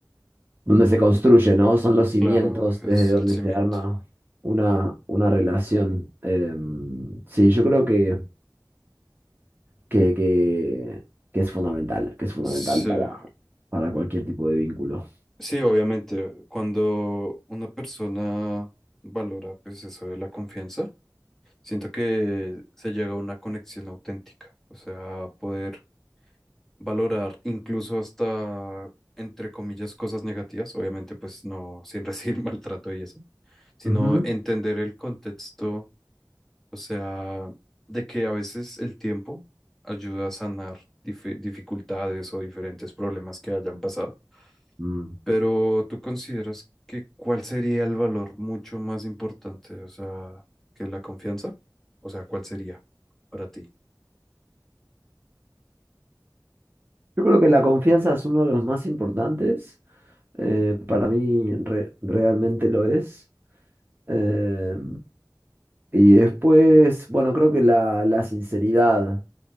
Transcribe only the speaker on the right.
donde se construye, ¿no? Son los cimientos
desde donde
se arma una, una relación. Em, sí, yo creo que, que, que, que es fundamental, que es fundamental
para, para cualquier tipo de vínculo.
Ujú.
Mm.
Yo creo que la confianza es uno de los más importantes, eh, para mí re- realmente lo es. Eh, y después, bueno, creo que la, la sinceridad,